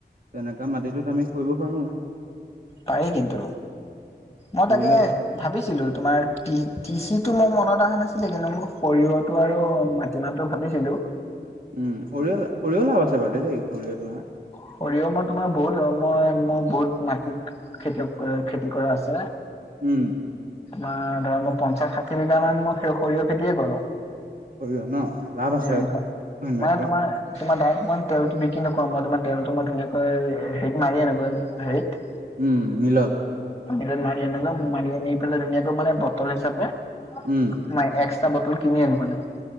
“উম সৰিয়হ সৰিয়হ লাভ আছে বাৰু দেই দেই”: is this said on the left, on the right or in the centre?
Right